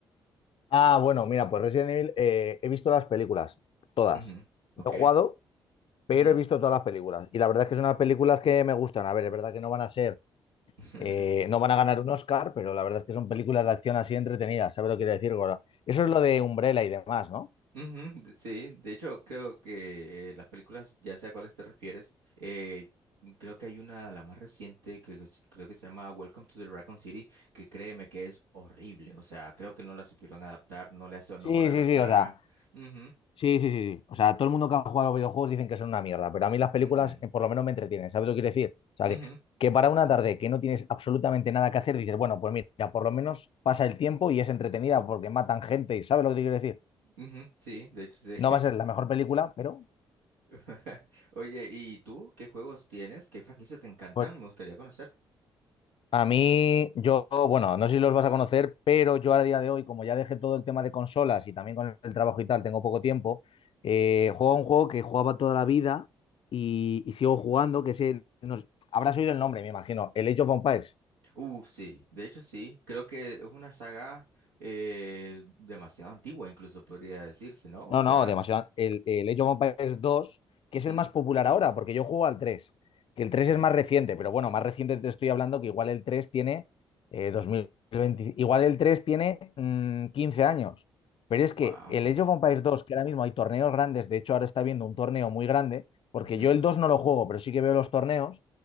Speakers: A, on the left; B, on the right.
A: Ah, bueno, mira, pues Resident Evil, eh, he visto las películas, todas.
B: Ujú, Ok.
A: No he jugado, pero
B: ujú.
A: he visto todas las películas. Y la verdad es que son unas películas que me gustan. A ver, es verdad que no van a ser,
B: <laughs>
A: eh, no van a ganar un Oscar, pero la verdad es que son películas de acción así entretenidas. ¿Sabes lo que quiero decir, Goro? Eso es lo de Umbrella y demás, ¿no?
B: Ujú, de- sí, de hecho creo que eh, las películas, ya sé a cuáles te refieres, eh, creo que hay una, la más reciente, que que s- creo que se llama Welcome to the Raccoon City, que créeme que es horrible, o sea, creo que no la supieron adaptar, no le hace honor
A: Sí,
B: a
A: sí,
B: la saga.
A: sí, o sea,
B: Ujú,
A: Sí, sí, sí, sí. O sea, todo el mundo que ha jugado a los videojuegos dicen que son una mierda, pero a mí las películas
B: ujú,
A: eh, por lo menos me entretienen. ¿Sabes lo que quiero decir? O sea,
B: ujú,
A: que, que para una tarde que no tienes absolutamente nada que hacer, dices, bueno, pues mira, por lo menos pasa el tiempo y es entretenida porque matan gente y ¿sabes lo que te quiero decir?
B: ujú, sí, de hecho sí.
A: No va a ser la mejor película, pero
B: <laughs> Oye, ¿y tú qué juegos tienes? ¿Qué franquicias te encantan?
A: pues
B: Me gustaría conocer.
A: A mí, yo, bueno, no sé si los vas a conocer, pero yo a día de hoy, como ya dejé todo el tema de consolas y también con el trabajo y tal, tengo poco tiempo, eh, juego a un juego que jugaba toda la vida y, y sigo jugando, que es el, no sé, habrás oído el nombre, me imagino, el Age of Empires.
B: Uh, sí, de hecho sí, creo que es una saga eh, demasiado antigua, incluso podría decirse, ¿no? O
A: No,
B: sea,
A: no, demasiado. El, el Age of Empires dos, que
B: ujú,
A: es el más popular ahora, porque yo juego al 3. que el
B: ok,
A: 3 es más reciente, pero bueno, más reciente te estoy hablando que igual el 3 tiene eh, 2020, igual el 3 tiene mm, 15 años. Pero es
B: wow,
A: que el Age of Empires dos, que ahora mismo hay torneos grandes, de hecho ahora está viendo un torneo muy grande, porque
B: ujú,
A: yo el 2 no lo juego, pero sí que veo los torneos,